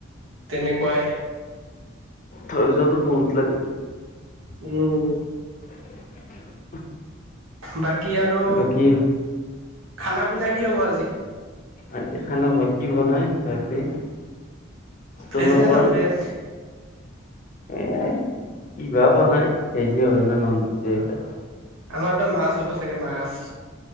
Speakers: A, on the right; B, on the left.
A: তেনেকুৱাই।
B: ধৈৰ্য্যটো বহুত লাগে।
A: উম।
B: <inaudible>
A: বাকী আৰু
B: বাকী
A: খানা - পিনা কি হ'ব আজি?
B: আজি খানা বা কি বনাই ৰাতি,
A: ভেজ
B: তোমালোকৰ?
A: নে নন ভেজ?
B: এ কি বা বনাই ভেজে হয় না ন'ন ভেজে হয়?
A: আমাৰত মাছ হব চাগে মাছ?